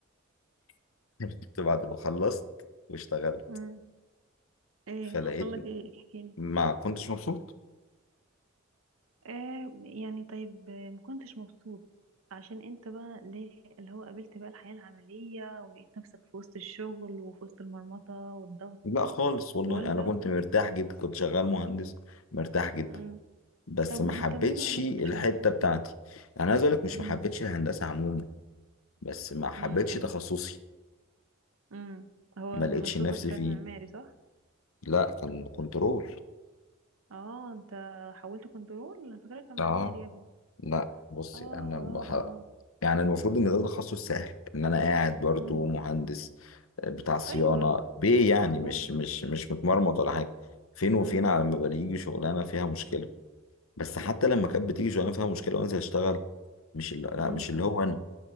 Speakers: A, on the left (about 80°); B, on the right (about 85°).
A: <laughs> عرفت بعد ما خلصت واشتغلت
B: امم ايه
A: فلقيت
B: حصل لك ايه احكي
A: ما كنتش مبسوط
B: آه يعني طيب آه، مكنتش مبسوط عشان انت بقى ليه اللي هو قابلت بقى الحياة العملية ولقيت نفسك في وسط الشغل وفي وسط المرمطة والضغط
A: لا خالص والله
B: ولا
A: انا كنت مرتاح جدا كنت شغال مهندس مرتاح جدا
B: امم
A: بس
B: طب
A: ما حبيتش
B: طب ليه بقى ما
A: الحته
B: كنتش مبسوط
A: بتاعتي انا عايز اقول لك مش
B: امم
A: ما حبيتش الهندسه عموما بس ما حبيتش
B: امم
A: تخصصي
B: امم هو
A: ما لقيتش
B: تخصصك
A: نفسي
B: كان
A: فيه
B: معماري صح
A: لا كان كنترول
B: اه انت حولت كنترول انا فاكرك كان معماري
A: اه
B: يا ابني
A: لا بصي
B: اه اه
A: انا بح...
B: اه
A: يعني المفروض ان ده تخصص سهل ان انا قاعد برضو
B: امم
A: مهندس آه، بتاع صيانه
B: ايوه
A: بيه يعني
B: بجد
A: مش مش مش متمرمط ولا حاجه فين وفين
B: امم
A: على ما بيجي شغلانه فيها مشكله بس حتى لما كانت بتيجي شغلانه فيها مشكله وانزل اشتغل مش اللي... لا
B: امم
A: مش اللي هو انا